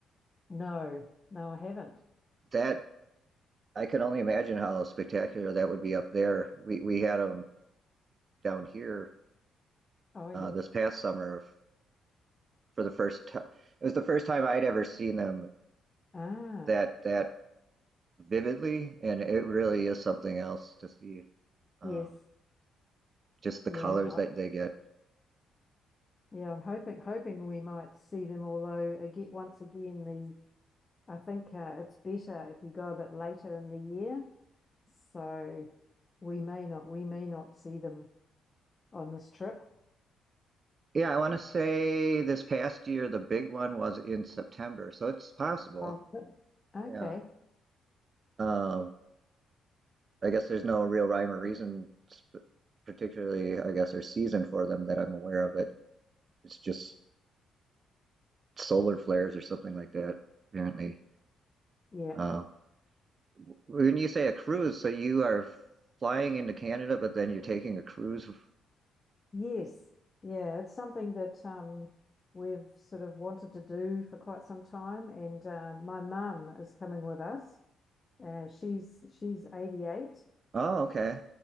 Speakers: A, on the left (about 25°); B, on the right (about 40°).
A: no, no, I haven't.
B: That I can only imagine how spectacular that would be up there. We we had them down here
A: Oh yes.
B: uh, this past summer for the first time. It was the first time I'd ever seen them
A: Ah,
B: that that vividly, and it really is something else to see. Um,
A: yes.
B: just the
A: Yeah.
B: colors that they get.
A: Yeah, I'm hoping hoping we might see them, although again, once again, the I think uh, it's better if you go a bit later in the year. So we may not we may not see them on this trip.
B: Yeah, I want to say this past year the big one was in September, so it's possible.
A: Oh, okay.
B: Yeah. Um, I guess there's no real rhyme or reason, sp- particularly, I guess, or season for them that I'm aware of. It it's just solar flares or something like that, apparently.
A: Yeah.
B: Uh, w- when you say a cruise, so you are flying into Canada, but then you're taking a cruise.
A: Yes. Yeah, it's something that um we've sort of wanted to do for quite some time, and uh, my mum is coming with us. Uh, she's she's 88,
B: Oh, okay.